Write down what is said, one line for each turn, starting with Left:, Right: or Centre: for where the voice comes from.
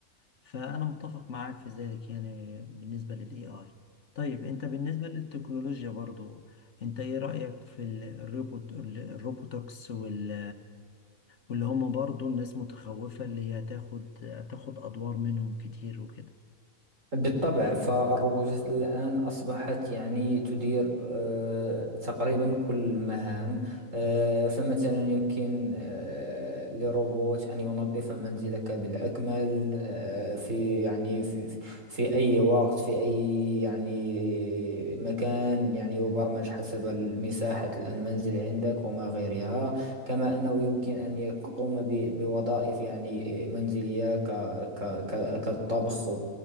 Left: فأنا متفق معاك في ذلك يعني بالنسبة لل AI طيب أنت بالنسبة للتكنولوجيا برضو أنت إيه رأيك في ال- الروبوت ال- الروبوتكس وال واللي هم برضو الناس متخوفة اللي هي هتاخد هتاخد أدوار منهم كتير وكده
Right: بالطبع فالروبوتات الآن أصبحت يعني تدير آه، تقريبا كل المهام آه، فمثلا يمكن آه، لروبوت أن ينظف منزلك بالأكمل آه، في يعني في في أي وقت في أي يعني مكان يعني يبرمج حسب مساحة المنزل عندك وما غيرها كما أنه يمكن أن يقوم ب- بوظائف يعني منزلية ك- ك- ك- كالطبخ